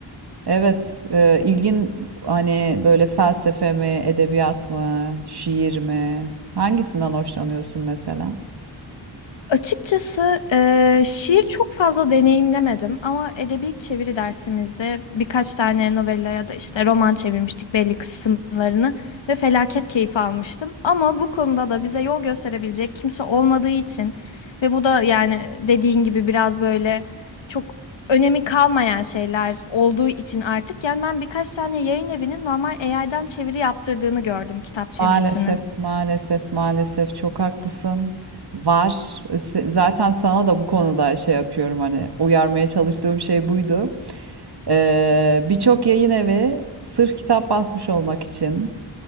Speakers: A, on the right; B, on the left.
A: Evet, e, ilgin hani böyle felsefe mi, edebiyat mı, şiir mi? Hangisinden hoşlanıyorsun mesela?
B: Açıkçası eee, şiir çok fazla deneyimlemedim ama edebi çeviri dersimizde birkaç tane novella ya da işte roman çevirmiştik belli kısımlarını ve felaket keyif almıştım. Ama bu konuda da bize yol gösterebilecek kimse olmadığı için ve bu da yani dediğin gibi biraz böyle çok önemi kalmayan şeyler olduğu için artık yani ben birkaç tane yayın evinin normal AI'den çeviri yaptırdığını gördüm kitap çevirisini.
A: Maalesef, maalesef, maalesef çok haklısın. Var. Se- Zaten sana da bu konuda şey yapıyorum hani uyarmaya çalıştığım şey buydu. Ee, birçok yayın evi sırf kitap basmış olmak için